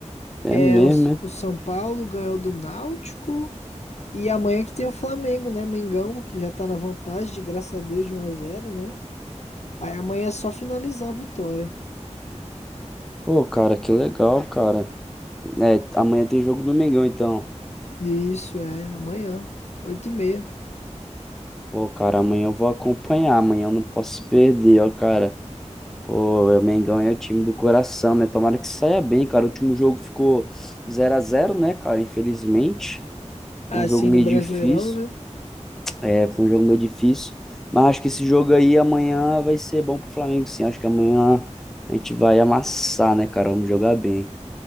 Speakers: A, in the centre; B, on the left.
A: É
B: É,
A: mesmo,
B: o, S-
A: né?
B: o São Paulo ganhou do Náutico. E amanhã que tem o Flamengo, né? Mengão, que já tá na vantagem, de graças a Deus, de um a zero, né? Aí amanhã é só finalizar a vitória.
A: Pô, cara, que legal, cara. É, amanhã tem jogo do Mengão, então.
B: Isso, é, amanhã, oito e meia.
A: Pô, cara, amanhã eu vou acompanhar. Amanhã eu não posso perder, ó, cara. Pô, o Mengão é o time do coração, né? Tomara que saia bem, cara. O último jogo ficou zero a zero né, cara? Infelizmente. Foi
B: Assim
A: um jogo meio
B: no Brasileirão,
A: difícil.
B: né?
A: É, foi um jogo meio difícil. Mas acho que esse jogo aí amanhã vai ser bom pro Flamengo, sim. Acho que amanhã a gente vai amassar, né, cara? Vamos jogar bem.